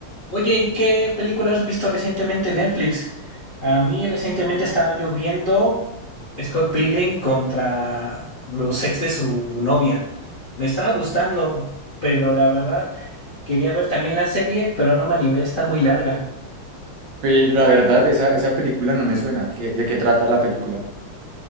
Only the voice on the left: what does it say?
Oye, ¿y qué películas has visto recientemente en Netflix? A mí recientemente estaba yo viendo Scott Pilgrim contra los ex de su novia. Me estaba gustando, pero la verdad quería ver también la serie, pero no me animé, está muy larga.